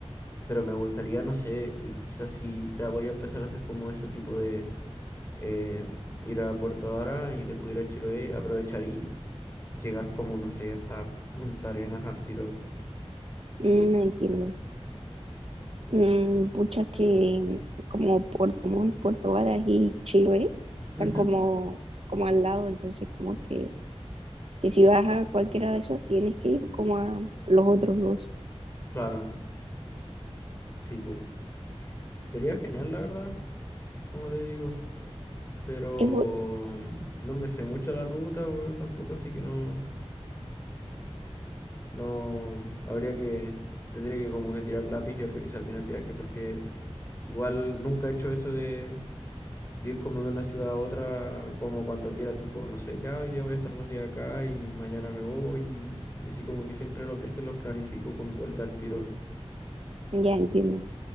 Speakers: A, on the left (about 25°); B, on the right (about 65°).
A: Pero me gustaría, no sé, eh, quizás si ya voy a empezar a hacer como ese tipo de eh, ir a Puerto Varas y después ir a Chiloé, aprovechar y llegar como, no sé, hasta Punta Arenas al tiro.
B: Mm, entiendo. Mm, pucha que como Puerto Montt, Puerto Varas y Chiloé están
A: Ujú.
B: como, como al lado, entonces como que, que si vas a cualquiera de esos tienes que ir como a los otros dos.
A: Claro, sí, pues. Sería genial, la verdad, como te digo. Pero
B: Es bu-
A: mm, no me sé mucho la ruta, weón, tampoco, así que no, no, habría que, tendría que como que tirar lápiz y organizar bien el viaje, porque igual nunca he hecho eso de, de ir como de una ciudad a otra, como cuando quiera, tipo, no sé, ya hoy día voy a estar dos días acá y mañana me voy y, y así como que siempre los viajes los planifico con vuelta al tiro.
B: ya entiendo,